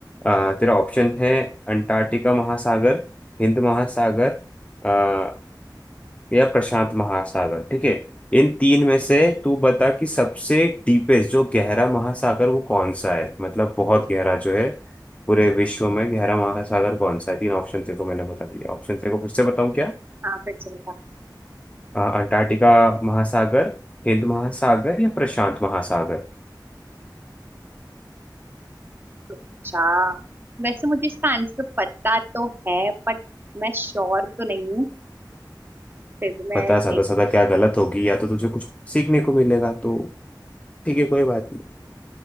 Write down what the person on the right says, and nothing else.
हाँ फिर से बता।
अच्छा वैसे मुझे इसका आंसर पता तो है बट मैं श्योर तो नहीं हूँ फिर भी मैं
देख